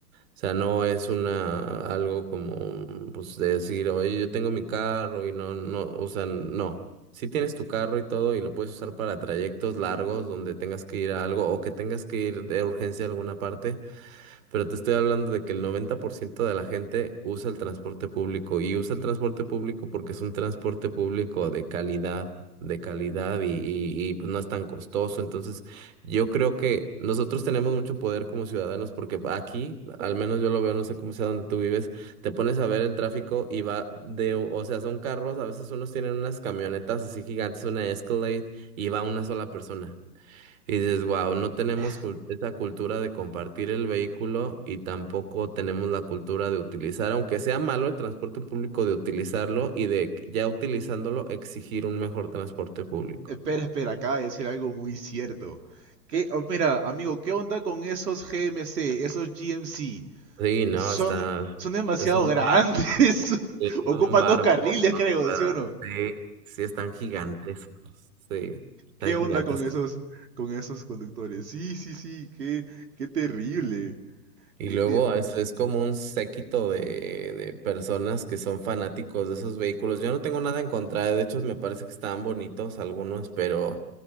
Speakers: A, on the right (about 55°); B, on the right (about 75°).
A: sea, no es una algo como pues de decir, oye, yo tengo mi carro y no, no, o sea, no. Si tienes tu carro y todo y lo puedes usar para trayectos largos donde tengas que ir a algo o que tengas que ir de urgencia a alguna parte pero te estoy hablando de que el 90% de la gente usa el transporte público y usa el transporte público porque es un transporte público de calidad, de calidad y, y, y, pues no es tan costoso. Entonces, yo creo que nosotros tenemos mucho poder como ciudadanos porque aquí, al menos yo lo veo, no sé cómo sea donde tú vives, te pones a ver el tráfico y va de, o sea, son carros, a veces unos tienen unas camionetas así gigantes, una Escalade y va una sola persona. Y dices, wow, no tenemos
B: <laughs>
A: cul- esa cultura de compartir el vehículo y tampoco tenemos la cultura de utilizar, aunque sea malo el transporte público, de utilizarlo y de que ya utilizándolo exigir un mejor transporte público.
B: Espera, espera, acaba de decir algo muy cierto. ¿Qué? oh, mira, amigo, ¿qué onda con esos GMC, esos GMC?
A: Sí, no,
B: son,
A: está,
B: son demasiado
A: es un
B: grandes.
A: barco,
B: <laughs>
A: es
B: Ocupan
A: un barco
B: dos carriles,
A: con
B: creo,
A: ruedas,
B: ¿sí o no?
A: sí, sí están gigantes sí, están
B: ¿Qué onda
A: gigantes
B: con esos, con esos conductores? Sí, sí, sí, qué, qué terrible,
A: Y
B: qué
A: luego
B: terrible.
A: es, es como un séquito de, de personas que son fanáticos de esos vehículos. Yo no tengo nada en contra, de hecho me parece que están bonitos algunos, pero,